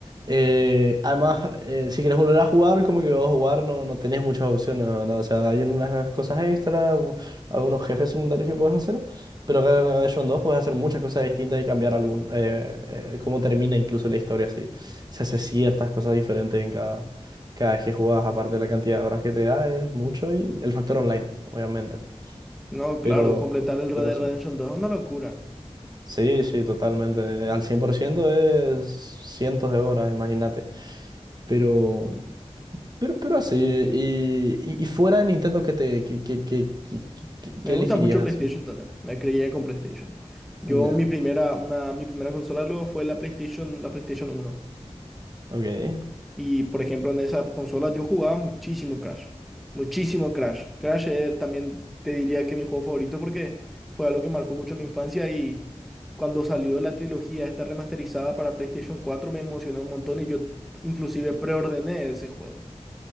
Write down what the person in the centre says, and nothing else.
No,
claro, completar el Red
Dead
Redemption 2 es una locura.
Me
gusta
mucho PlayStation
también. Me crié con PlayStation. Yo
mi primera, una, mi primera consola luego fue la PlayStation, la PlayStation 1.
Y por ejemplo, en esa consola yo jugaba muchísimo Crash. Muchísimo Crash. Crash eh, también te diría que mi juego favorito porque fue algo que marcó mucho mi infancia y cuando salió la trilogía esta remasterizada para PlayStation 4 me emocionó un montón y yo inclusive preordené ese juego.